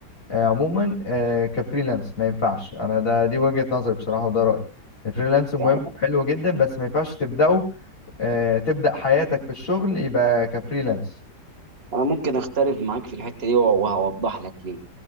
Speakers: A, on the left; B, on the right.
A: آه، عموما آه، كفريلانس ما ينفعش انا ده دي وجهة نظري بصراحة وده رأيي الفريلانس مهم
B: يعني
A: حلو جدا بس ما ينفعش تبدأه آه، تبدأ حياتك في الشغل يبقى كفريلانس
B: انا ممكن اختلف معاك في الحته دي وهوضح لك ليه